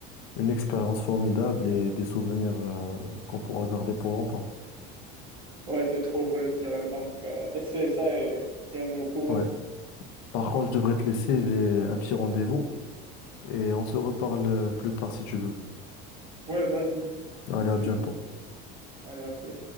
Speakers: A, on the left; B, on the right.
A: une expérience formidable et des souvenirs euh, qu'on pourra garder pour longtemps.
B: Ouais, c'est trop vrai, je dirais. Donc, euh, essaie ça et tiens-moi au courant.
A: Ouais. Par contre, je devrais te laisser, j'ai un petit rendez-vous et on se reparle euh, plus tard si tu veux.
B: Ouais, vas-y,
A: Allez, à
B: je
A: bientôt.
B: suis chaud. Allez, à plus.